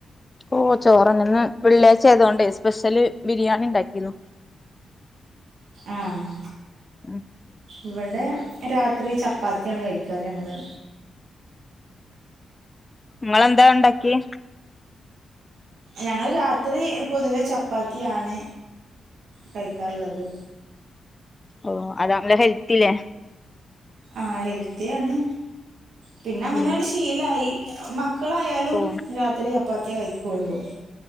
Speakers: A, on the left; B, on the right.
A: ഓഷ് ചോറെന്നെ ഇന്ന് വെള്ളിയാഴ്ച്ചായതോണ്ടേ സ്പെഷ്യല് ബിരിയാണി ഉണ്ടാക്കിനു.
B: ആഹ്
A: ഉം
B: ഇവിടെ രാത്രി ചപ്പാത്തിയാണ് കഴിക്കാ ഞങ്ങള്.
A: ഇങ്ങളെന്താ ഇണ്ടാക്കിയെ?
B: ഞങ്ങള് രാത്രി പൊതുവേ ചപ്പാത്തിയാണ് കഴിക്കാറ്ള്ളത്.
A: ഓഹ് അതാണ്ലോ ഹെൽത്തില്ലേ?
B: ആഹ് ഹെൽത്തിയാണ് പിന്നെ അങ്ങനെട്
A: ഉം
B: ശീലായി മ ക്കളായാലും
A: ഓ
B: രാത്രി ചപ്പാത്തി കഴിക്കൊള്ളൂ.